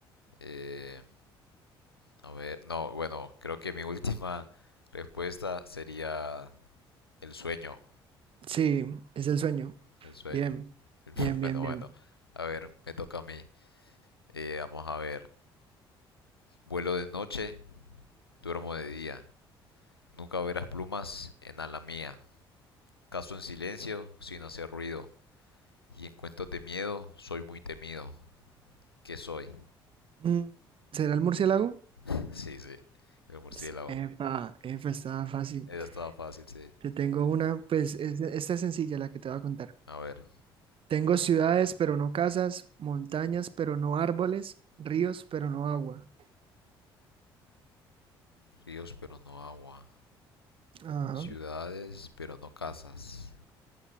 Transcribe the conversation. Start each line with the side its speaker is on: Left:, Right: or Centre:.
Left: Eh, a ver, no, bueno, creo que mi última <laughs> respuesta sería el sueño.
Right: sí, es el sueño.
Left: El sueño.
Right: Bien,
Left: <laughs>
Right: bien,
Left: Bueno,
Right: bien, bien.
Left: bueno. A ver, me toca a mí. Eh, vamos a ver. Vuelo de noche, duermo de día. Nunca verás plumas en ala mía. Caso en silencio, sin hacer ruido. Y en cuentos de miedo, soy muy temido. ¿Qué soy?
Right: Mm, ¿Será el murciélago?
Left: <laughs> Sí, sí. El murciélago.
Right: Sí. Epa, epa, está fácil.
Left: Esa estaba fácil, sí.
Right: Te tengo una, pues es- esta es sencilla la que te voy a contar.
Left: A ver.
Right: Tengo ciudades, pero no casas, montañas, pero no árboles, ríos, pero no agua.
Left: Ríos, pero no agua.
Right: Ajá,
Left: Ciudades, pero no casas.